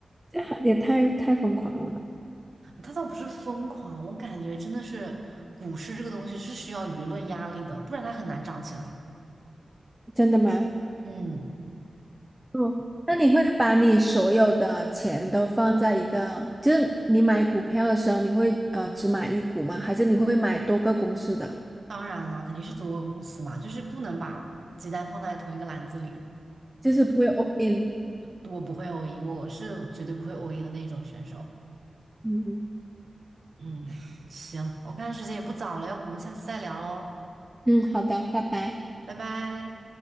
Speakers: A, in the centre; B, on the right.
A: 这也太太疯狂了，
B: 他倒不是疯狂，我感觉真的是股市这个东西是需要舆论压力的，不然它很难涨起来。
A: 真的吗？
B: 嗯，
A: 哦，那你会把你所有的钱都放在一个，就是你买股票的时候，你会呃只买一股吗？还是你会买多个公司的？
B: 当然啦，肯定是做个公司嘛，就是不能把鸡蛋放在同一个篮子里。
A: 就是不会 all in。
B: 我不会 a 赢，我是绝对不会 a 赢的那种选手。
A: 嗯
B: 嗯，行，我看时间也不早了，要不我们下次再聊喽，
A: 嗯嗯，好的，拜拜。
B: 拜拜。